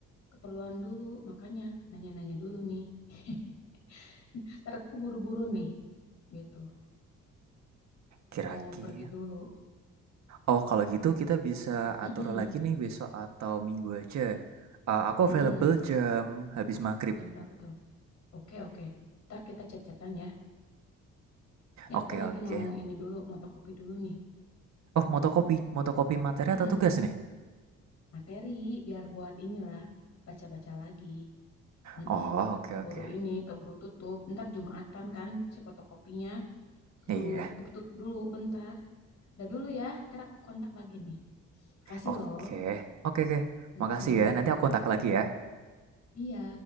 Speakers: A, on the left (about 60°); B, on the right (about 65°).
A: keperluan dulu makanya nanya-nanya dulu nih <laughs> ntar aku buru-buru nih gitu
B: kira-kira
A: mau pergi dulu
B: oh kalau gitu kita bisa
A: Mm-mm,
B: atur lagi nih besok atau minggu aja Eh, aku
A: mm-mm.
B: available jam habis maghrib
A: Jam berapa tuh? Oke, oke. Ntar kita chat-chatan ya. Ini
B: oke
A: aku lagi
B: oke
A: mau ini dulu, motokopi dulu nih.
B: Oh, motokopi. Motokopi materi
A: Mm-mm.
B: atau tugas nih?
A: Materi, biar buat inilah, baca-baca lagi. Mm-mm,
B: Oh,
A: takut
B: oke
A: keburu
B: oke.
A: ini, keburu tutup. Ntar Jumatan kan si fotokopinya. Keburu
B: Iya.
A: tutup dulu, bentar. Udah dulu ya, ntar aku kontak lagi nih. Kasih
B: Oke.
A: loh.
B: Oke oke.
A: Mm-mm.
B: Makasih ya. Nanti aku kontak lagi ya.
A: Iya.